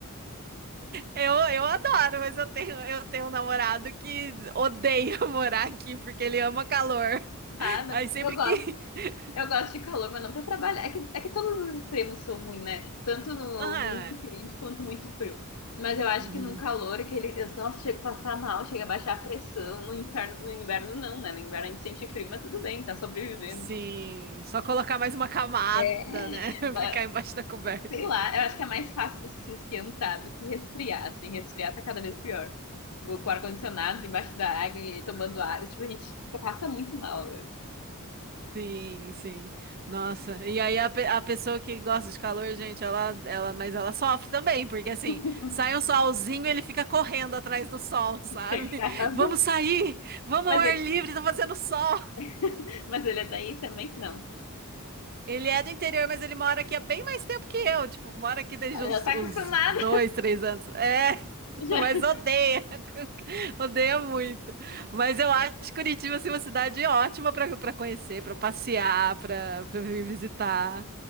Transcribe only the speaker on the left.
nada.
Eu gosto,
eu gosto de calor, mas não pra trabalhar. É que, é que todos os extremos são ruins, né? Tipo, tanto no
muito quente quanto muito frio. Mas eu acho
que no calor, aquele. eu- Nossa, chega a passar mal, chega a baixar a pressão. No inferno, no inverno não, né? No inverno a gente sente frio, mas tudo bem, tá sobrevivendo.
É, é,
é,
Sei lá, eu acho que é mais fácil se esquentar do que resfriar, assim, resfriar tá cada vez pior. Vou com o ar-condicionado embaixo da água e tomando água, tipo, a gente fica, passa muito mal, eu acho.
<laughs>
pecado.
Mas
ele,
<laughs> mas ele é daí também? Não.
Ah,
Já tá
acostumado.
<laughs> Já-